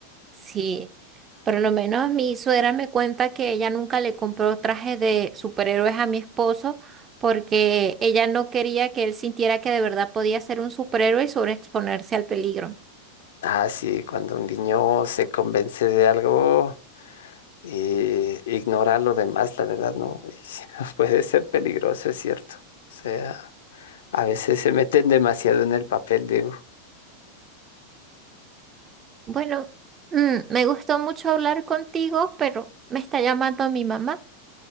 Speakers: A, on the right; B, on the left.
A: Sí, por lo menos mi suegra me cuenta que ella nunca le compró traje de superhéroes a mi esposo porque ella no quería que él sintiera que de verdad podía ser un superhéroe y sobreexponerse al peligro.
B: Ah, sí, cuando un niño se convence de algo. y ignorar lo demás, la verdad, no. <laughs> Puede ser peligroso, es cierto. O sea, a veces se meten demasiado en el papel, digo.
A: Bueno, mm, me gustó mucho hablar contigo, pero me está llamando mi mamá.